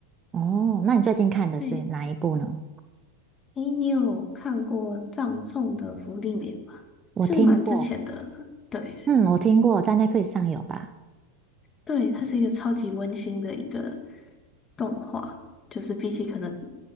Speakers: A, on the right (about 20°); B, on the left (about 20°).
A: 哦，那你最近看的是哪一部呢？
B: 对，诶，你有看过葬送的福利莲吗？
A: 我听过，
B: 是蛮之前的，对，
A: 嗯，我听过，在 Netflix 上有吧？
B: 对，它是一个超级温馨的一个动画，就是比起可能